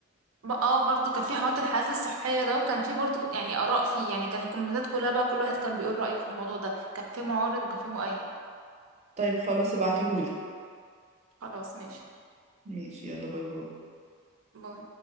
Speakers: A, on the right; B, on the right.
A: بقى اه برضه كان في حوار الحالات الصحيه ده وكان في برضه يعني اراء فيه يعني كان الكومنتات كلها بقى كل واحد كان بيقول رايه في الموضوع ده كان في معارض وكان في مؤيد
B: طيب خلاص ابعتيهولي
A: خلاص ماشي
B: ماشي يلا باي باي
A: باي